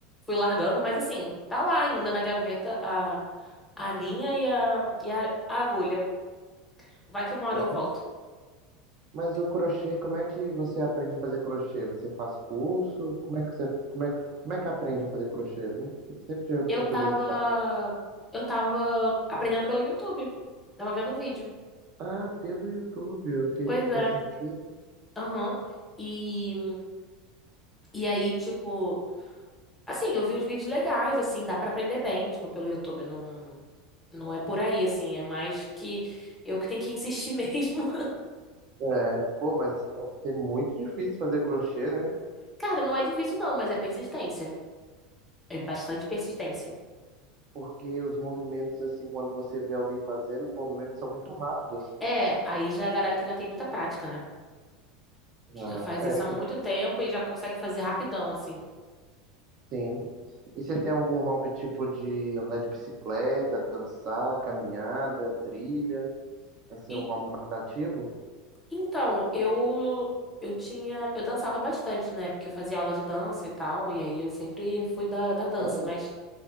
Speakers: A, in the centre; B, on the right.
A: fui largando, mas assim, tá lá ainda na gaveta a a linha e a e a, a agulha. Vai que uma hora
B: É.
A: eu volto.
B: Mas o crochê, como é que você aprende a fazer crochê? Você faz curso? Como é que você, como é que, como é que aprende a fazer crochê? Não- Eu sempre tive essa
A: Eu tava
B: curiosidade.
A: eu tava aprendendo pelo YouTube. Tava vendo vídeo.
B: Ah, pelo YouTube, ok,
A: Pois é.
B: faz sentido.
A: Aham. E e aí tipo, assim, eu vi uns vídeos legais assim, dá pra aprender bem, tipo, pelo YouTube, não não é por aí assim, é mais que eu que tenho que insistir <laughs> mesmo.
B: É, pô, mas deve ser muito difícil fazer crochê, né?
A: Cara, não é difícil não, mas é persistência. É bastante persistência.
B: Porque os movimentos, assim, quando você vê alguém fazendo, os movimentos são muito rápidos.
A: É, aí já é a galera que já tem muita prática, né? Que
B: Ah,
A: Já faz isso há muito
B: é,
A: tempo e já consegue fazer rapidão, assim.
B: sim. E você tem algum hobby tipo de andar de bicicleta, dançar, caminhada, trilha? Assim,
A: E-
B: um hobby mais ativo?
A: então, eu eu tinha, eu dançava bastante, né? Porque eu fazia aula de dança e tal, e aí eu sempre fui da, da dança,
B: Sério?
A: mas